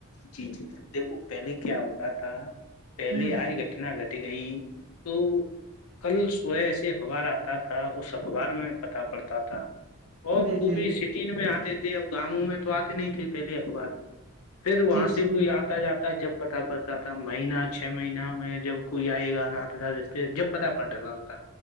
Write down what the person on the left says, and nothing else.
جی جی دیکھو پہلے کیا ہوتا تھا پہلے
ائی گ اتنا گتھی گئی تو کل سوئے ایسی اخبار آتا تھا اس اخبار میں پتہ پڑتا تھا اور
وہ
بھی
سٹی میں آتے تھے اب گاؤوں میں تو آتے نہیں تھے پہلے اخبار پھر وہاں
سے
کوئی
آتا جاتا جب پتا پڑتا تھا مہینہ چھ مہینہ میں جب کوئی آئے گا نات رشتے جب پتا پڑتا تھا تھا